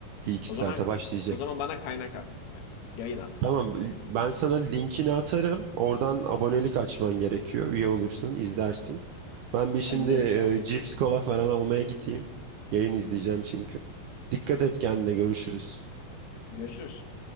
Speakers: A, on the right; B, on the left.
A: Bir iki
B: O
A: saate
B: zaman
A: başlayacak.
B: o zaman bana kaynak at. Yayın at.
A: Tamam, l- ben sana linkini atarım. Oradan abonelik açman gerekiyor. Üye olursun, izlersin. Ben bir şimdi
B: Hallederiz
A: e,
B: ya.
A: cips, kola falan almaya gideyim. Yayın izleyeceğim çünkü. Dikkat et kendine, görüşürüz.
B: Görüşürüz.